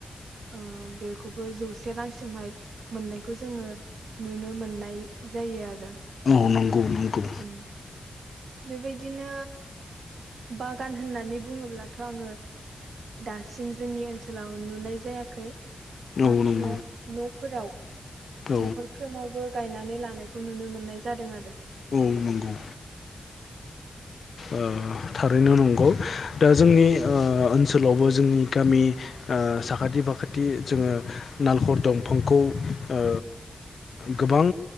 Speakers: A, on the right (about 85°); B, on the left (about 75°).
A: ओ बेखौबो जौसे रांसिमहाय मोननायखौ जोङो नुनो मोननाय जायो आरो ‌।
B: औ नंगौ नंगौ
A: ओं। बेबायदिनो बागान होननानै बुङोब्लाथ' आङो दासिम जोंनि ओनसोलाव नुनाय जायाखै।
B: औ
A: मात्र
B: नंगौ
A: न'फोराव
B: औ
A: न'खरफ्रोमावबो गायनानै लानायखौ नुनो मोननाय जादों आरो।
B: औ नंगौ ओ थारैनो नंगौ दा जोंनि ओ ओनसोलावबो जोंनि गामि ओ साखाथि फाखाथि जोङो नालेखर दंफांखौ ओ गोबां